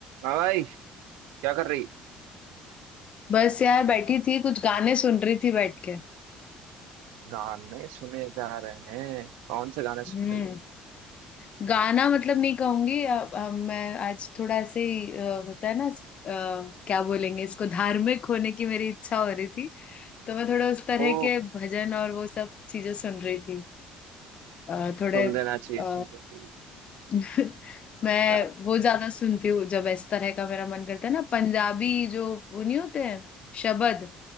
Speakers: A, on the right; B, on the left.
A: हाँ भाई क्या कर रही
B: बस यार बैठी थी कुछ गाने सुन रही थी बैठ के
A: गाने सुने जा रहे हैं कौन से गाने सुन
B: हम्म
A: रही
B: गाना मतलब नहीं कहूंगी अ, अ, मैं आज थोड़ा ऐसे ही, अ, होता है ना अ, क्या बोलेंगे इसको धार्मिक होने की मेरी इच्छा हो रही थी तो मैं थोड़ा उस तरह
A: ओ
B: के भजन और वो सब चीजें सुन रही थी अ, थोड़े
A: सुन लेना चाहिए
B: अ,
A: सुन लेना चाहिए
B: <laughs> मैं
A: यार
B: वो ज्यादा सुनती हूँ जब इस तरह का मेरा मन करता है ना पंजाबी जो वो नहीं होते हैं शबद